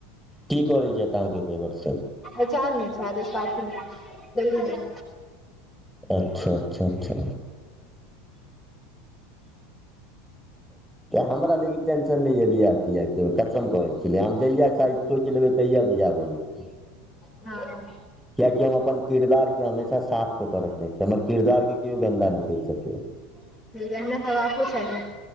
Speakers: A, in the centre; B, on the left.
A: की करै छथि अहाँके देवर से
B: अचार नहि छै आद पार्कमे दलमे
A: अच्छा अच्छा अच्छा हमरा लेकिन टेंशन नहि यऽ बियाह तियाह कसम कहै छलै हम जहिया चाह सोचि लेबै तहिया विवाह भऽ जेतै
B: हा
A: किया कि हम अपन किरदार के हमेशा साफ कऽ के रखय छी हमर किरदार के कियो गंदा नै कहि सकेया
B: हमरा हेबाको चाही